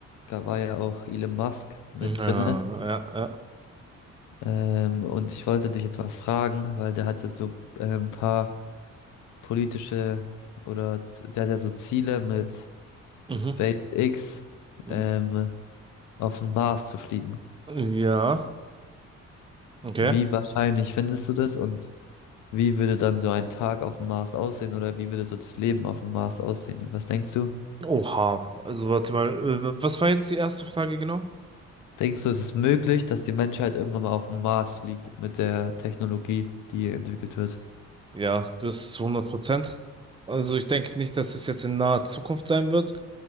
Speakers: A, on the left (about 80°); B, on the right (about 15°).
A: da war ja auch Elon Musk mit
B: Mhm. Ja,
A: drinne.
B: ja,
A: Ähm, und ich wollte dich jetzt mal fragen, weil der hat ja so äh, ein paar politische oder z- der hat ja so Ziele mit
B: Mhm.
A: SpaceX
B: ja.
A: ähm, auf den Mars zu fliegen.
B: Mhm. Ja, okay.
A: Wie wahrscheinlich findest du das und wie würde dann so ein Tag auf dem Mars aussehen oder wie würde so das Leben auf dem Mars aussehen? Was denkst du?
B: Oha. Also warte mal, äh, was war jetzt die erste Frage genau?
A: Denkst du, es ist möglich, dass die Menschheit irgendwann mal auf dem Mars fliegt mit der Technologie, die entwickelt wird?
B: Ja, das zu 100 Prozent. Also ich denke nicht, dass es jetzt in naher Zukunft sein wird,